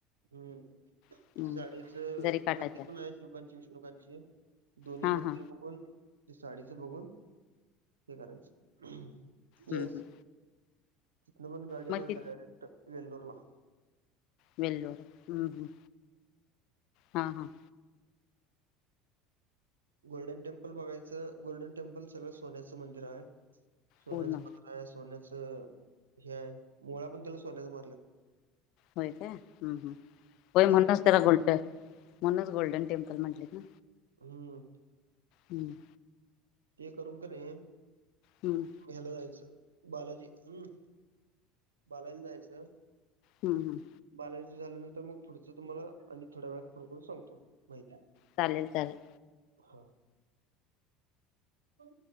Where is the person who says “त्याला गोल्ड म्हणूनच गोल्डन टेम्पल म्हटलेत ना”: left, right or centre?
Left